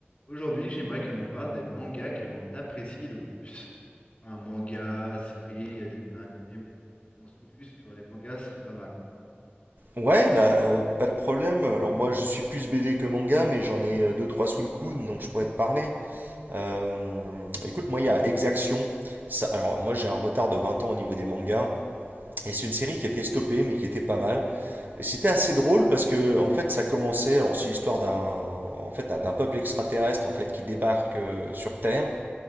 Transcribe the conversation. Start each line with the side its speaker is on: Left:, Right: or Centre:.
Left: Aujourd'hui, j'aimerais que l'on parle des mangas que l'on apprécie le plus. Enfin, manga, série, dessin animé, mais on se focus sur les mangas, ce serait pas mal.
Right: Ouais, bah euh, pas de problème. Alors moi je suis plus BD que manga, mais j'en ai euh, deux trois sous le coude, donc je pourrais te parler. Euh, écoute, moi il
Left: Allez,
Right: y a Exaction. Ça, alors moi j'ai un retard de 20 ans au niveau des mangas, et c'est une série qui était stoppée, mais qui était pas mal. Et c'était assez drôle parce que en fait ça commençait. Alors c'est l'histoire d'un en fait d'un d'un peuple extraterrestre en fait qui débarque euh, sur Terre.